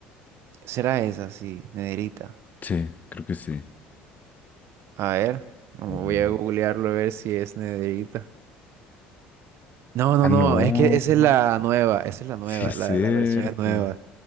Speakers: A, on the right; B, on the left.
A: Será esa, sí, Nederita.
B: Sí, creo que sí.
A: A ver, vamos,
B: A ver.
A: voy a googlearlo a ver si es Nederita. No, no,
B: Ah, no.
A: no, es que esa es la nueva, esa es la nueva,
B: Sí es
A: la
B: cierto.
A: de la versión es nueva.